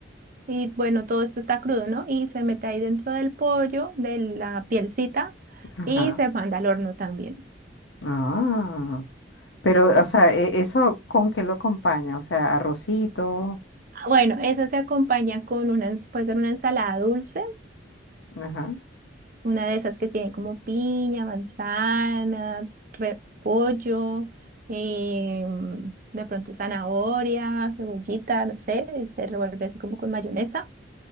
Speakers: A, on the right; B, on the left.
A: Y bueno, todo esto está crudo, ¿no? Y se mete ahí dentro del pollo, de la pielcita,
B: Ajá.
A: y se manda al horno también.
B: Ah. Pero,
A: Pues,
B: o sea, e- ¿eso con qué lo acompaña? O sea, arrocito.
A: Bueno, esas se acompañan con una, ens- puede ser una ensalada dulce,
B: Ajá.
A: una de esas que tiene como piña, manzana, repollo, eh, de pronto zanahoria, cebollita, no sé, y se revuelve así como con mayonesa.